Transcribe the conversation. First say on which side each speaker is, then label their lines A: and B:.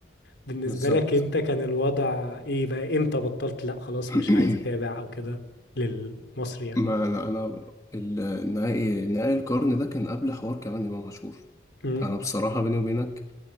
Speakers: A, on the left; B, on the left.
A: بالنسبة
B: بالظبط
A: لك أنت كان الوضع إيه بقى إمتى بطلت لأ خلاص
B: <clears throat>
A: مش عايز أتابع أو كده للمصري يعني
B: ما انا انا النهائي نهائي القرن ده كان قبل حوار كمان امام عاشور
A: امم
B: انا بصراحة بيني وبينك